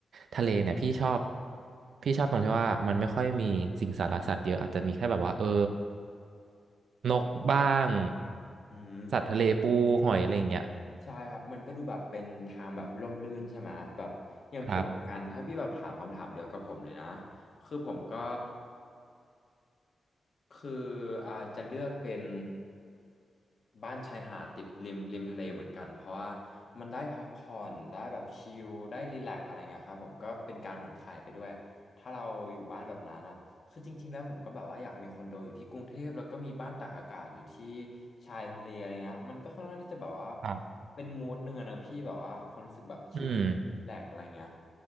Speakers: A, on the right; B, on the left.
A: ทะเลเนี่ยพี่ชอบพี่ชอบตรงที่ว่ามันไม่ค่อยมีสิ่งสารสัตว์เยอะอาจจะมีแค่แบบว่าเออนกบ้าง
B: อืม
A: สัตว์ทะเลปูหอยอะไรอย่างเงี้ย
B: ใช่ครับ มันก็ดูแบบเป็นทางแบบร่มรื่นใช่ไหมแบบอย่างผมเหมือนกัน
A: ครับ
B: ถ้าพี่แบบถามคำถามเดียวกับผมเลยนะ คือผมก็คืออ่าจะเลือกเป็นบ้านชายหาดติดริมริมทะเลเหมือนกัน เพราะว่ามันได้พักผ่อนได้แบบชิลได้รีแลกซ์อะไรเงี้ยครับผมก็เป็นการผ่อนคลายไปด้วย ถ้าเราอยู่บ้านแบบนั้นอะ คือจริงๆ แล้วผมก็แบบว่าอยากมีคอนโดอยู่ที่กรุงเทพแล้วก็มีบ้านตากอากาศอยู่ที่ชายทะเลอะไรเงี้ยมันก็ค่อนข้างที่จะแบบว่า
A: ครับ
B: เป็นมูดหนึ่งอะนะพี่แบบว่าความรู้สึกแบบชิล
A: อืม
B: แลกอะไรเงี้ย